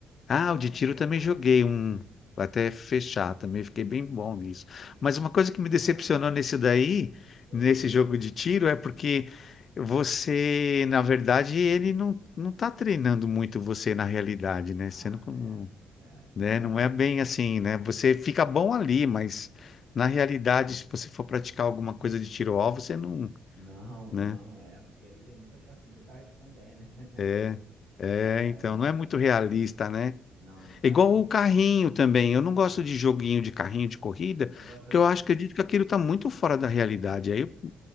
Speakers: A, on the left; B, on the right.
A: Ah,
B: É
A: o de
B: online.
A: tiro também joguei um até fechar, também fiquei bem bom nisso.
B: Isso.
A: Mas uma coisa que me decepcionou
B: Ah,
A: nesse daí,
B: foi
A: nesse
B: o quê?
A: jogo de tiro, é porque você, na verdade, ele não não tá treinando muito você na realidade, né?
B: Ah,
A: Você não, com-
B: é. É, verdade,
A: né? Não é bem
B: verdade.
A: assim, né? Você fica bom ali, mas na realidade, se você for praticar alguma coisa de tiro-alvo, você não,
B: Não,
A: né?
B: não, é, porque ele tem muitas facilidades também, né? <laughs>
A: É, é,
B: É,
A: então não é muito realista, né?
B: não,
A: É
B: assim,
A: igual o carrinho também. Eu não
B: ah,
A: gosto de joguinho de carrinho de corrida,
B: não gosta
A: porque
B: não?
A: eu acho, acredito que aquilo está muito fora da realidade. Aí eu não